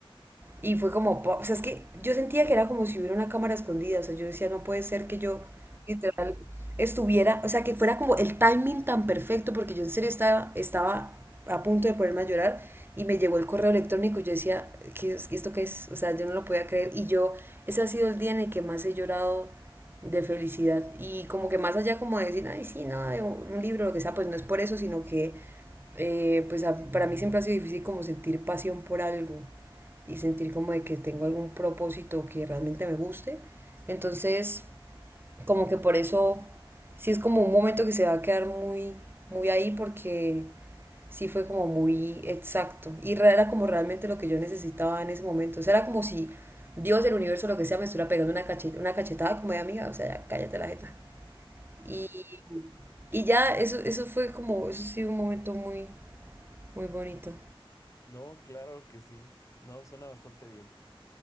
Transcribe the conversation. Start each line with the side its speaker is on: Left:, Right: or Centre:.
Right: y fue como, po- o sea, es que yo sentía que era como si hubiera una cámara escondida, o sea, yo decía, no puede ser que yo literal estuviera, o sea, que fuera como el timing tan perfecto, porque yo en serio estaba, estaba a punto de ponerme a llorar y me llegó el correo electrónico y yo decía, ¿qué es- esto qué es? O sea, yo no lo podía creer y yo, ese ha sido el día en el que más he llorado de felicidad y como que más allá como de decir, ay, sí, no, de un libro, lo que sea, pues no es por eso, sino que eh, pues a- para mí siempre ha sido difícil como sentir pasión por algo y sentir como de que tengo algún propósito que realmente me guste. Entonces, como que por eso, sí es como un momento que se va a quedar muy, muy ahí porque sí fue como muy exacto y era como realmente lo que yo necesitaba en ese momento. O sea, era como si Dios, el universo, lo que sea, me estuviera pegando una cacheta, una cachetada como de amiga, o sea, ya cállate la jeta. Y, y ya, eso, eso fue como, eso sí, un momento muy, muy bonito.
Left: No, claro que sí. No, suena bastante bien.